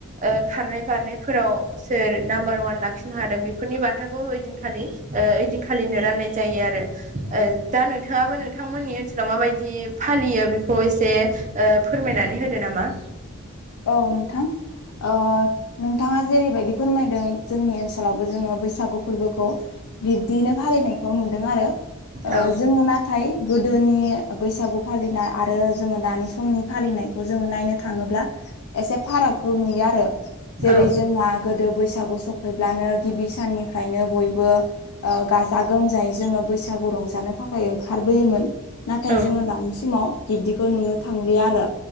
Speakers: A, on the right (about 35°); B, on the left (about 80°).
A: ओ खारनाय बारनायफोराव सोर नाम्बार अवान लाखिनो हादों बेफोरनि बान्थाखौ ओइदिनखालि ओ ओइदिनखालिनो राननाय जायो आरो। ओ दा नोंथाङाबो नोंथांमोननि ओनसोलाव माबायदि फालियो बेखौ एसे ओ फोरमायनानै होदो नामा?
B: औ नोंथां। ओ नोंथाङा जेरैबायदि फोरमायदों जोंनि ओनसोलावबो जोङो बैसागु फोरबोखौ बिब्दियैनो फालिनायखौ नुदों आरो ओ
A: औ
B: जोङो ना थाय गोदोनि बैसागु फालिनाय आरो जोङो दानि समनि फालिनाय जोङो नायनो थाङोब्ला एसे फारागखौ नुयो आरो जेरै
A: औ
B: जोंहा गोदो बैसागु सफैब्लानो गिबि साननिफ्रायनो बयबो ओ गाजा गोमजायै जोङो बैसागु रंजानो थाखाय ओंखारबोयोमोन। नाथाय
A: औ
B: जोङो दानि समाव बिब्दिखौ नुनो थांलिया आरो